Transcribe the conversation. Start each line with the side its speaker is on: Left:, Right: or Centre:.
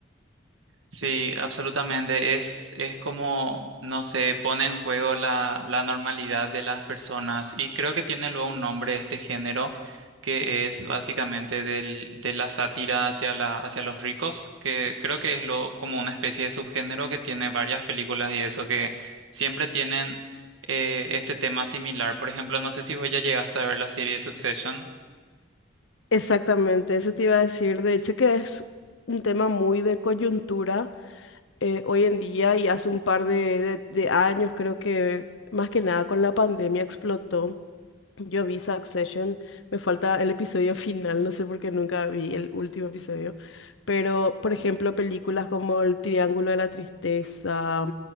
Right: sí, absolutamente. Es, es como, no sé, pone en juego la, la normalidad de las personas. Y creo que tiene luego un nombre este género, que es básicamente del, de la sátira hacia la, hacia los ricos, que creo que es lo, como una especie de subgénero que tiene varias películas y eso, que siempre tienen eh, este tema similar. Por ejemplo, no sé si vos ya llegaste a ver la serie Succession.
Left: Exactamente, eso te iba a decir, de hecho que es un tema muy de coyuntura eh, hoy en día y hace un par de, de- de años, creo que más que nada con la pandemia explotó. Yo vi Succession, me falta el episodio <laughs> final, no sé por qué nunca vi el último episodio, pero por ejemplo películas como El Triángulo de la Tristeza,